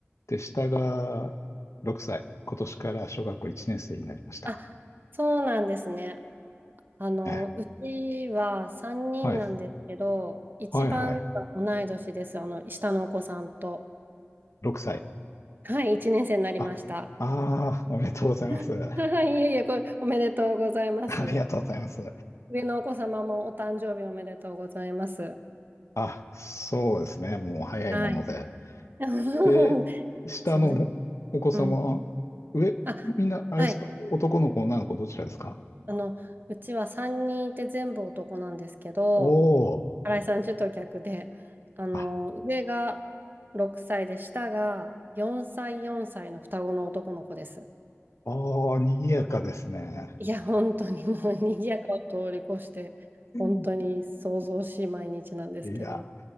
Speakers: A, on the left (about 90°); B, on the right (about 45°).
A: で、下が6歳。今年から小学校1年生になりました。
B: あ、そうなんですね。あの、
A: ね
B: うちは3人なんですけど、
A: はい。
B: 一番上が同い年です。
A: はいはい。
B: あの、下のお子さんと。
A: 6歳。
B: はい、1年生になりました。
A: あ、ああ、おめでとうございます。
B: <laughs>
A: <laughs>
B: はい、いえいえ、これ、おめでとうございます。
A: ありがとうございます。
B: 上のお子様もお誕生日おめでとうございます。
A: あ、そうですね。もう早いもので。
B: はい。<laughs>
A: で、下のお子様は、
B: そうです。うん。
A: 上、
B: あ、
A: みんな、あれですか男の子、
B: はい。
A: 女の子、どちらですか
B: あの、うちは3人いて全部男なんですけど、
A: おー、
B: 新井さんちょっと逆で、あの、
A: あ、
B: 上が6歳で下が4歳、4歳の双子の男の子です。
A: おー、賑やかですね。
B: いや、本当にもう賑やかを通り越して、
A: うん
B: 本当に騒々しい毎日なんですけど。
A: いや、